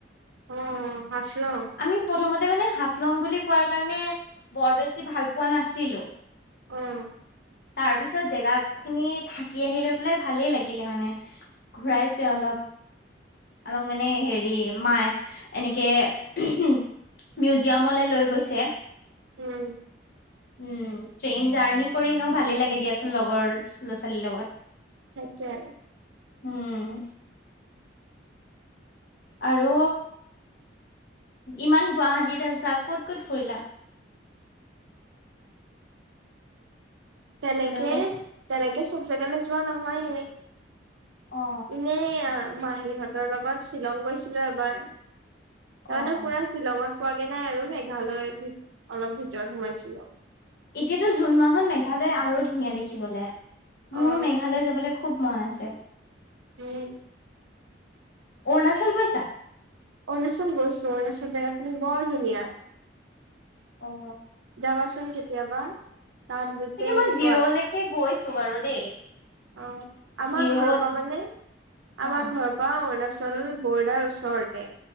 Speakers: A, on the right; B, on the left.
A: অ', হাফলং
B: আমি প্ৰথমতে মানে হাফলং বুলি কোৱাৰ। কাৰণে বৰ বেছি ভাল পোৱা নাছিলো।
A: অ',
B: তাৰ পিছত, জেগা খিনি থাকি। থাকি আহি লৈ পেলাই ভালেই লাগিলে মানে, ঘূৰাইছে অলপ আৰু মানে হেৰি মাহ এনেকে মিউজিয়ামলে লৈ গৈছে।
A: উম।
B: উম ট্ৰেইন জাৰ্ণি কৰি এনেও ভালে লাগে দিয়াচোন, লগৰ ল'ৰা ছোৱালীৰ লগত।
A: সেইটোয়ে।
B: উম। আৰু, ইমান গুৱাহাটীত আছা ক'ত ক'ত ফুৰিলা?
A: তেনেকে
B: হেল্ল'
A: তেনেকে। তেনেকে চব জেগালে যোৱা নহয়।
B: অ
A: ইনেই। মাহীহঁতৰ লগত শ্বিলং গৈছিলো এবাৰ। তাৰমানে
B: অ অ
A: পুৰা শ্বিলঙত। পোৱাগে নাই আৰু মেঘালয় অলপ ভিতৰত সোমাইছিলো।
B: এতিয়াতো জুন মাহত মেঘালয় আৰু ধুনীয়া দেখি। দেখিবলে মোৰ
A: অ',
B: মেঘালয় যাবলৈ। খুব মন আছে।
A: উম।
B: অৰুণাচল গৈছা?
A: অৰুণাচল গৈছো, অৰুণাচল জেগাখিনি বৰ ধুনীয়া।
B: অঁ।
A: যাবাচোন কেতিয়াবা। তাত গোটেই
B: তাকে মই জিৰ'লৈকে
A: ৱাত
B: গৈছো। গৈছো বাৰু দেই।
A: অ, আমাৰ
B: জিৰ'ত
A: ঘৰৰ পৰা মানে
B: অ
A: আমাৰ ঘৰৰ পৰা অৰুণাচল। বৰ্ডাৰ ওচৰতে